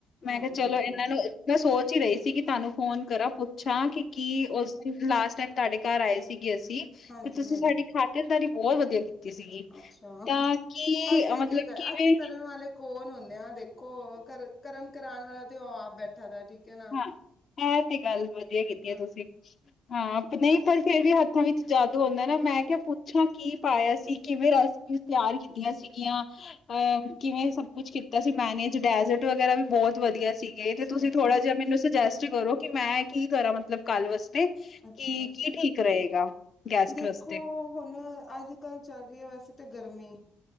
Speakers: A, on the left (about 50°); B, on the left (about 30°).
A: ਮੈਂ
B: ਹਾਂ
A: ਕਿਹਾ ਚਲੋ
B: ਬਿਲਕੁਲ
A: ਇਹਨਾਂ ਨੂੰ, ਮੈਂ ਸੋਚ ਹੀ ਰਹੀ ਸੀ ਕਿ ਤੁਹਾਨੂੰ ਫੋਨ ਕਰਾਂ ਪੁੱ ਛਾ ਕਿ ਕੀ ਉਸ ਲਾਸਟ ਟਾਈਮ ਤੁਹਾਡੇ ਘਰ ਆਏ ਸੀਗੇ ਅਸੀਂ,
B: ਹਾਂਜੀ
A: ਤੇ ਤੁਸੀਂ
B: ਹਾਂਜੀ
A: ਸਾਡੀ ਖਾਤੇਦਾਰੀ ਬਹੁਤ ਵਧੀਆ ਸੀਗੀ
B: ਅੱਛਾ,
A: ਤਾਂ ਕੀ
B: ਅਸੀਂ
A: ਮਤਲਬ
B: ਕੀ ਕਰ,
A: ਕਿਵੇਂ
B: ਅਸੀਂ ਕਰਨ ਵਾਲੇ ਕੌਣ ਹੁੰ ਦੇਖੋ ਕਰ ਕਰਨ ਕਰਾਉਣ ਵਾਲਾ, ਤੇ ਉਹ ਆਪ ਬੈਠਾ ਦਾ ਠੀਕ ਹੈ ਨਾ
A: ਹਾਂ, ਇਹ ਤੇ ਗੱਲ ਵਧੀਆ ਕੀਤੀ
B: ਹਾਂ
A: ਹੈ ਤੁਸੀਂ ਹਾਂ। ਨਹੀਂ, ਪਰ ਫੇਰ ਵੀ ਹੱਥਾਂ ਵਿੱਚ ਜਾਦੂ ਹੁੰਦਾ ਨਾ, ਮੈਂ ਕਿਹਾ ਪੁੱਛਾਂ ਕੀ ਪਾਇਆ ਸੀ ਕਿਵੇਂ ਰਸਿਆ ਕੀਤੀਆਂ ਸੀਗੀਆਂ, ਅਹ ਕਿਵੇਂ ਸਭ ਕੁਛ ਕੀਤਾ ਸੀ, ਮੈਨੇਜ ਡੈਜ਼ਰਟ ਵਗੈਰਾ ਵੀ ਬਹੁਤ ਵਧੀਆ ਵਧੀਆ ਸੀਗੇ,
B: ਅੱਛਾ
A: ਤੇ ਤੁਸੀਂ
B: ਅੱਛਾ
A: ਥੋੜਾ ਜਿਹਾ ਮੈਨੂੰ ਸੁਜੈਸਟ ਕਰੋ ਕਿ ਮੈਂ ਕੀ ਕਰਾਂ ਮਤਲਬ ਕੱਲ ਵਾਸਤੇ, ਕਿ
B: ਅੱਛਾ ਅੱਛਾ
A: ਕੀ ਠੀਕ ਰਹੇਗਾ? ਗੈਸਟ
B: ਦੇਖੋ
A: ਵਾਸਤੇ
B: ਹੁਣ ਅੱਜ ਕੱਲ੍ਹ ਚੱਲ ਰਹੀ ਹੈ ਵੈਸੇ ਤਾਂ ਗਰਮੀ।